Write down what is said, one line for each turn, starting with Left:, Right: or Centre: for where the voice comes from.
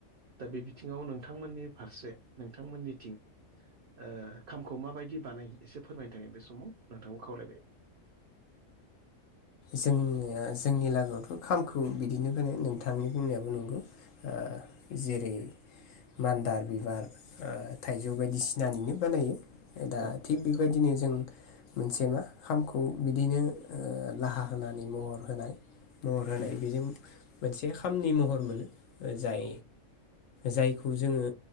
Right: दा बे थङाव नोंथांमोननि फारसे नोंथांमोननि थिं ओ खामखौ माबायदि बानाय एसे फोरमायनो थाङो बे समाव नोंथांखौ खावलायबाय।
Left: जोंनि जोंनि लागोआवथ' खामखौ बिदिनो होनो नोंथांनि बुंनायाबो नंगौ। ओ जेरै ओ मान्दार बिबार थाइजौ बायदिसिनानिनो बानायो। दा
Right: औ
Left: थिग बेबायदिनो जों मोनसे मा खामखौ बिदिनो ओ लाहा होनानै महर होनाय महर होनाय बेजों मोनसे खामनि महर मोनो। जाय
Right: औ
Left: जायखौ जोङो